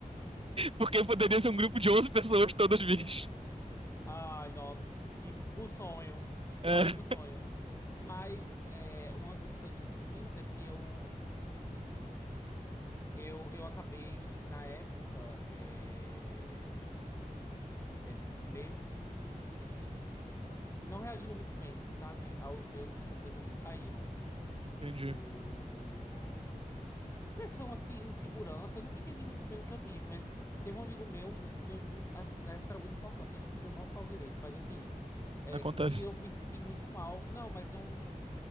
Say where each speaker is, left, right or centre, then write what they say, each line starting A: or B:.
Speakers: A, on the right (about 40°); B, on the left (about 20°).
A: porque poderia ser um grupo de 11 pessoas todas bis.
B: Ai, nossa, que, que- o sonho, literalmente
A: É,
B: o sonho. Mas é, uma das coisas ruins é que eu eu, eu acabei na época é, é, meio que não reagindo muito bem, sabe, aos meus como meus amigos saíram
A: entendi.
B: do Não sei se foi uma assim, insegurança, eu nunca entendi muito bem o que eu tive, mas teve um amigo meu, um, que hoje- um, ah, na época era muito importante, hoje em dia eu mal falo direito, mas assim, é,
A: Acontece.
B: que eu me senti muito mal. Não, mas não.